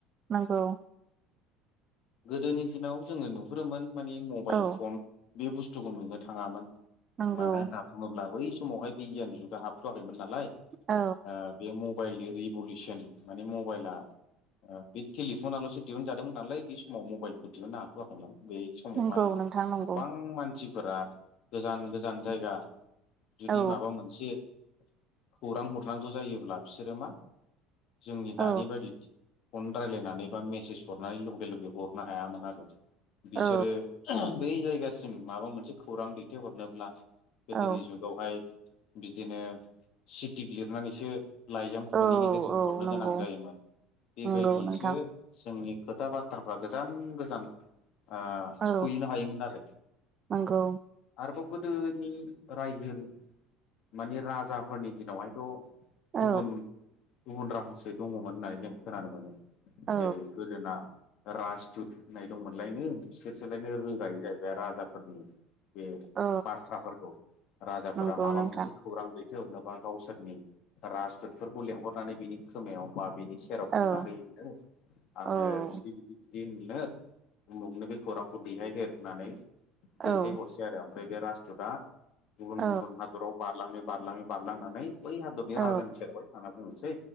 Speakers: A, on the right; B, on the left.
A: नंगौ
B: गोदोनि दिनाव जोङो नुहुरोमोन माने मबाइल
A: औ
B: फन बे बुस्थुखौ नुनो थाङामोन
A: नंगौ
B: मानो होन्ना बुङोब्ला बै समावहाय बिगियान जुदा हाबथ'वाखैमोन नालाय
A: औ
B: ओ बे म मबाइलनि रिभलिउसन माने मबाइला ओ बे टेलिफनाल'सो दिहुनजादोंमोन नालाय बे समाव मबाइलखौ दिहुननो हाथ'वाखैमोन बै समावहाय
A: नंगौ नोंथां नंगौ
B: गोबां मानसिफोरा गोजान गोजान जायगा जुदि
A: औ
B: माबा मोनसे खौरां हरनांगौ जायोब्ला बिसोरो मा जोंनि
A: औ
B: दानि बायदि फन रायज्लायनानै बा मेसेज हरनानै लगे लगे हरनो हायामोन आरो बिसोरो
A: औ
B: बै जायगासिम माबा मोनसे खौरां दैथायहरनोब्ला गोदोनि
A: औ
B: जुगावहाय बिदिनो सिटिक लिरनानैसो लाइजाम
A: औ
B: ख'नि गेजेरजों
A: औ
B: हरनो
A: नंगौ
B: गोनां जायोमोन बेबायदियैसो
A: नंगौ नोंथां
B: जोंनि खोथा बाथ्राफ्रा गोजान गोजान आ
A: औ
B: सहैनो हायोमोन आरो
A: नंगौ
B: आरोबाव गोद दोनि रायजो माने राजाफोरनि दिनावहायथ'
A: औ
B: गुबुन गुबुन राहासो दङमोन होननानै जों खोनानो मोनो
A: औ
B: जेरै गोदोना राजदुत होननाय दंमोनलायनो बिसोरसोलायनो रोगायो जाहैबाय राजाफोरनि बे
A: औ
B: बाथ्राफोरखौ राजाफोरा
A: नंगौ
B: माबा
A: नोंथां
B: मोनसे खौरां दै थाय हरनोबा गावसोरनि राजदुतफोरखौ लेंहरनानै बिनि खोमायाव बा बिनि सेराव
A: औ
B: बुंना होयोमोननो आङो
A: औ
B: बिदि बिदि बिदिनो उमुगनो बे खौरांखौ दैहायहोर होननानै
A: औ
B: दैथायहरसै आरो आमफाय बै बे राजदुतआ गुबुन
A: औ
B: गुबुन हादराव बारलाङै बारलाङै बारलांनानै बै बि
A: औ
B: राजानि सेरावहाय थांना बुङो सै